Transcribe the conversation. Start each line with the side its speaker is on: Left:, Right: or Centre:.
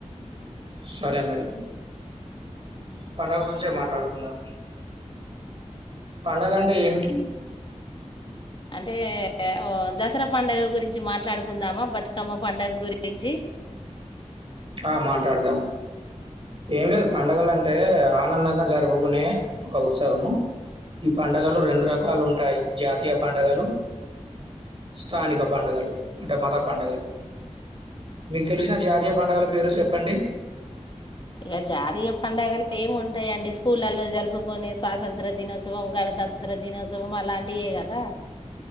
Right: సరే మరి. పండగ గురించే మాట్లాడుకుందాం. పండగంటే ఏమిటి?
Left: అంటే? ఓ దసరా పండుగ గురించి మాట్లాడుకుందామా? బతక్ బతకమ్మ పండగ గురించి
Right: ఆ మాటాడుదాం. ఏం లేదు, పండుగలు అంటే ఆనందంగా జరుపుకునే... ఒక ఉత్సవము. ఈ పండుగలు రెండు రకాలు ఉంటాయి. జాతీయ పండుగలు, స్థానిక పండుగలు అంటే మత పండుగలు మీకు తెలిసిన జాతీయ పండుగల పేర్లు చెప్పండి.
Left: ఇగ జాతీయ పండుగలు ఏమి ఉంటాయండి? స్కూళ్లల జరుపుకొనే స్వాతంత్ర్య దినోత్సవం, గణతంత్ర దినోత్సవం అలాంటియే కదా!